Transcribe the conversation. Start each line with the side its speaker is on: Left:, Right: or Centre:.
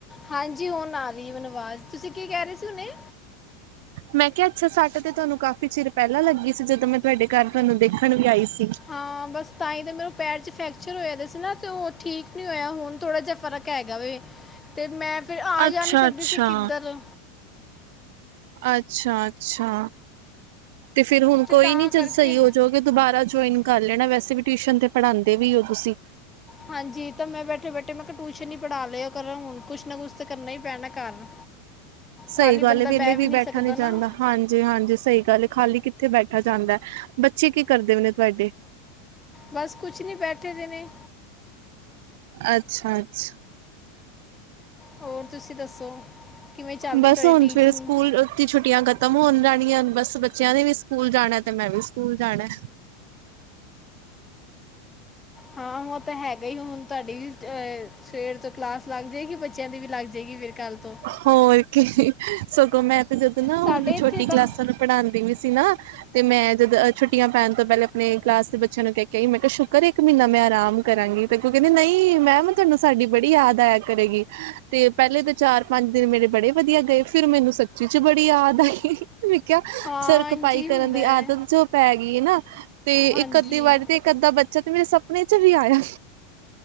Left: ਹਾਂਜੀ ਹੁਣ ਆ ਰਹੀ ਹੈ ਮੈਨੂੰ ਅਵਾਜ਼, ਤੁਸੀਂ ਕੀ ਕਹਿ ਰਹੇ ਸੀ ਹੁਣੇ।
Right: ਮੈਂ ਕਿਹਾ ਅੱਛਾ ਸੱਟ ਤੇ ਤੁਹਾਨੂੰ ਕਾਫ਼ੀ ਚਿਰ ਪਹਿਲਾਂ ਲੱਗੀ ਸੀ, ਜਦੋਂ ਮੈਂ ਤੁਹਾਡੇ ਘਰ ਤੁਹਾਨੂੰ ਦੇਖਣ ਵੀ ਆਈ ਸੀ।
Left: ਹਾਂ ਬਸ ਤਾਂ ਹੀ ਤਾਂ ਮੇਰੇ ਪੈਰ 'ਚ ਫਰੈਕਚਰ ਹੋਇਆ ਦਾ ਸੀ ਨਾ, ਅਤੇ ਉਹ ਠੀਕ ਨਹੀਂ ਹੋਇਆ ਹੁਣ ਥੋੜ੍ਹਾ ਜਿਹਾ ਫਰਕ ਹੈਗਾ ਵੇ, ਤੇ ਮੈਂ ਫਿਰ ਆ
Right: ਅੱਛਾ-ਅੱਛਾ,
Left: ਜਾ ਨਹੀਂ ਸਕਦੀ ਸੀ ਕਿੱਧਰ।
Right: ਅੱਛਾ ਅੱਛਾ, ਤੇ ਫਿਰ ਹੁਣ
Left: ਤੇ
Right: ਕੋਈ
Left: ਤਾਂ
Right: ਨੀ ਜਦੋਂ
Left: ਕਰਕੇ
Right: ਸਹੀ ਹੋ ਜੋ ਕਿ ਦੁਬਾਰਾ ਜੁਆਇਨ ਕਰ ਲੈਣਾ, ਵੈਸੇ ਵੀ ਟਿਊਸ਼ਨ ਤੇ ਪੜ੍ਹਾਉਂਦੇ ਵੀ ਹੋ ਤੁਸੀਂ।
Left: ਹਾਂਜੀ ਤਾਂ ਮੈਂ ਬੈਠੇ ਬੈਠੇ ਮੈਂ ਕਿਹਾ ਟਿਊਸ਼ਨ ਹੀ ਪੜ੍ਹਾ ਲਿਆ ਕਰ ਹੁਣ ਕੁਛ ਨਾ ਕੁਛ ਤਾਂ ਕਰਨਾ ਹੀ ਪੈਣਾ ਘਰ
Right: ਸਹੀ
Left: ਖਾਲੀ
Right: ਗੱਲ
Left: ਬੰਦਾ
Right: ਵੇਲੇ
Left: ਬਹਿ ਵੀ ਨੀ
Right: ਬੈਠਾ
Left: ਸਕਦਾ ਨਾ
Right: ਜਾਂਦਾ ਹਾਂਜੀ ਹਾਂਜੀ ਸਹੀ ਗੱਲ ਖਾਲੀ ਕਿੱਥੇ ਬੈਠਾ ਜਾਂਦਾ ਬੱਚੇ ਕੀ ਕਰਦੇ ਵੀ ਨੇ ਤੁਹਾਡੇ
Left: ਬਸ ਕੁਛ ਨੀ, ਬੈਠੇ ਦੇ ਨੇ
Right: ਅੱਛਾ ਅੱਛਾ
Left: ਹੋਰ ਤੁਸੀਂ ਦੱਸੋ ਕਿਵੇਂ ਚੱਲ ਰਹੀ
Right: ਬਸ
Left: ਤੁਹਾਡੀ
Right: ਹੁਣ
Left: ਟੀਚਿੰਗ
Right: ਫਿਰ ਸਕੂਲ ਛੁੱਟੀਆਂ ਖਤਮ ਹੋਣ ਜਾਣੀਆਂ, ਬਸ ਬੱਚਿਆਂ ਨੇ ਵੀ ਸਕੂਲ ਜਾਣਾ, ਤੇ ਮੈਂ ਵੀ ਸਕੂਲ ਜਾਣਾ।
Left: ਹਾਂ ਉਹ ਤਾਂ ਹੈਗਾ ਹੀ, ਹੁਣ ਤੁਹਾਡੀ ਵੀ ਅਹ ਸਵੇਰ ਤੋਂ ਕਲਾਸ ਲੱਗ ਜਾਏਗੀ, ਬੱਚੇ ਬੱਚਿਆਂ ਦੀ ਵੀ ਲੱਗ ਜਾਏਗੀ, ਫਿਰ ਕੱਲ੍ਹ ਤੋਂ
Right: ਹੋਰ ਕੀ, ਸਗੋਂ ਮੈਂ ਤੇ ਜਦੋਂ ਨਾ
Left: ਸਾਡੇ
Right: ਹੁਣ
Left: ਇੱਥੇ
Right: ਛੋਟੀ
Left: ਤਾਂ
Right: ਕਲਾਸਾਂ ਨੂੰ ਪੜ੍ਹਾਉਂਦੀ ਵੀ ਸੀ ਨਾ ਤੇ ਮੈਂ ਜਦ ਛੁੱਟੀਆਂ ਪੈਣ ਤੋਂ ਪਹਿਲਾਂ ਆਪਣੇ ਕਲਾਸ ਦੇ ਬੱਚਿਆਂ ਨੂੰ ਕਹਿ ਕੇ ਆਈ, ਮੈਂ ਕਿਹਾ ਸ਼ੁਕਰ ਏ, ਇੱਕ ਮਹੀਨਾ ਮੈਂ ਆਰਾਮ ਕਰਾਂਗੀ ਤੇ ਕੋਈ ਕਹਿੰਦੇ ਨਹੀਂ ਮੈਮ ਤੁਹਾਨੂੰ ਸਾਡੀ ਬੜੀ ਯਾਦ ਆਇਆ ਕਰੇਗੀ ਤੇ ਪਹਿਲੇ ਤਾਂ ਚਾਰ ਪੰਜ ਦਿਨ ਮੇਰੇ ਬੜੇ ਵਧੀਆ ਗਏ ਫਿਰ ਮੈਨੂੰ ਸੱਚੀ ਚ ਬੜੀ ਯਾਦ ਆਈ ਮੈਂ ਕਿਹਾ
Left: ਹਾਂਜੀ
Right: ਸਰਕ ਪਾਈ
Left: ਹੁੰਦਾ
Right: ਕਰਨ ਦੀ
Left: ਹੈ
Right: ਆਦਤ ਜੋ ਪੈ ਗਈ ਹਨਾ ਤੇ
Left: ਹਾਂਜੀ
Right: ਇੱਕ ਅੱਧੀ ਵਾਰੀ ਤੇ ਅੱਦਾ ਬੱਚਾ ਤੇ ਮੇਰੇ ਸਪਨੇ ਚ ਵੀ ਆਇਆ